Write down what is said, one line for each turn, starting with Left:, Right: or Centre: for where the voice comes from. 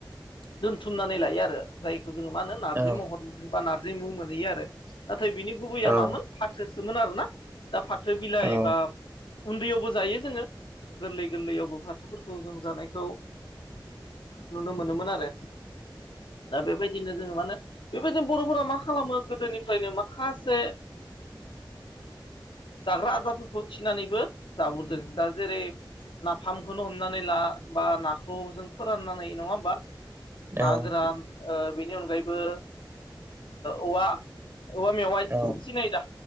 Left: दोनथुमनानै लायो आरो जाय खौ जोङो मा होनो नारजि
Right: औ
Left: महर मोनो बा नारजि मुं मोनहैयो आरो नाथाय बिनि गुबैया
Right: औ
Left: मामोन फाथो सोमोन आरोना दा फाथो बिलाइ
Right: औ
Left: बा उन्दैयावबो जायो जोङो गोरलै गोरलैयावबो बाथौफोरखौ जों जानायखौ नुनो मोनोमोन आरो दा बेबायदि नो जोङो मानो बेबायदिनो बर'फोरा मा खालामो गोदोनिफ्रायनो माखासे जाग्रा आदारफोरखौ थिनानैबो जाबोदों दा जेरै नाफामखौनो हमनानै ला बा नाखौ जों फोराननानै नङा होमबा? ना
Right: औ
Left: गोरान बेनि अनगायैबो औवा औवा मेवाइ
Right: औ
Left: सिनाय दा